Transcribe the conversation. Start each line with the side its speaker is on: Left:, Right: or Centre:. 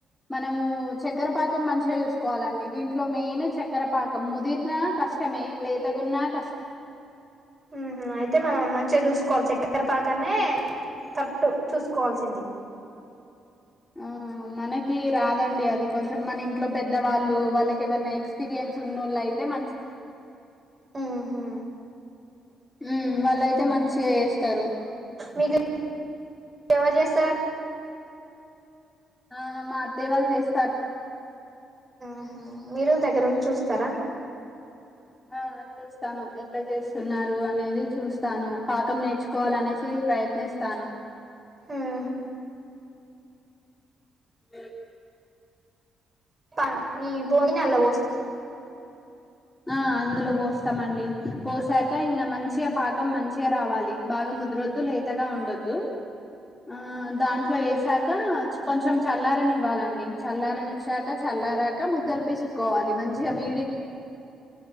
Left: మనము చక్కెరపాకం మంచిగా చూసుకోవాలండి దీంట్లో మెయిన్ చక్కెర పాకం ముదిరినా కష్టమే లేతగున్నా కష్టమే
Right: ఉహూ అయితే మనం మంచిగా చూసుకోవాలి చక్కరపాకానే కరెక్ట్ చూసుకోవాల్సింది
Left: ఆ మనకి రాదండి అది కొంచెం మన ఇంట్లో పెద్దవాళ్ళు వాళ్ళకి ఎవనా ఎక్స్పీరియన్స్ ఉన్నోళ్ళు అయితే మంచిదండి
Right: ఉహూ
Left: <unintelligible> వస్తారు
Right: మీకు ఎవరు చేస్తారండి నిలిపెయ్యి
Left: ఆ మా అత్తయ్య వాళ్ళు చేస్తారండి
Right: ఉహూ మీరు దగ్గరుండి చూస్తారా
Left: ఆ చూస్తాను ఎట్లా చేస్తున్నారు అనేది చూస్తాను పాకం నేర్చుకోవాలనేసి ప్రయత్నిస్తాను
Right: ఉహూ
Left: ఉమ్
Right: ప్ప ఈ బోనీనీ అందులో పోస్తారా
Left: ఆ అందులో పోస్తామండి పోసాక ఇంగ మంచిగా పాకం మంచిగా రావాలి బాగా ముదురొద్దు లేతగా ఉండొ ఒద్దు ఆ దాంట్లో ఏసా కా కొంచెం చల్లార నివ్వాలండి చల్లారని ఇచ్చాక చల్లారాక ముద్దలు పిసుక్కోవాలి మంచిగా మీడియం సైజ్ లో